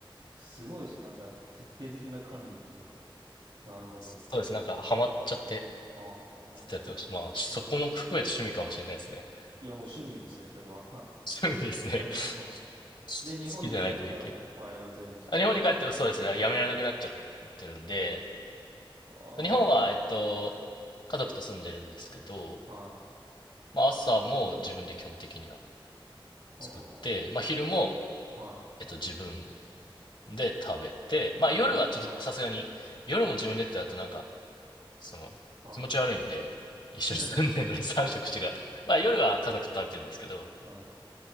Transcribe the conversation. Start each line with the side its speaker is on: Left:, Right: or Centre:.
Right: すごいですね。なんか、徹底的な管理っていうか。なるほど。
Left: そうです、なんかハマっちゃって、
Right: あ
Left: ずっとやってました。まあ、そこも含めて趣味かもしれないですね。
Right: あ。なるほど。いや、もう趣味ですね、それは。<laughs>
Left: 趣味ですね。
Right: なるほど。
Left: <laughs>
Right: で、日本に帰ってからも、
Left: 好きじゃないとできる。
Right: はい、やられてるんですもんね。
Left: あ、日本に帰ってもそうですね、やめられなくなっちゃってるんで、
Right: あ
Left: 日本は、えっと、家族と住んでるんですけど、
Right: あ、はい。
Left: まあ、朝も自分で基本的には
Right: あ
Left: 作って、まあ、昼も、
Right: あ、はい。
Left: えっと、自分で、食べて、
Right: なるほど。
Left: まあ夜はちょっとさすがに、
Right: はい。
Left: 夜も自分でってやるとなんか、その、
Right: は
Left: 気持ち悪いんで、一緒に住んでるのに
Right: い。<laughs>
Left: <laughs> 3食違う。まあ夜は家族と食べてるんですけど、
Right: はい。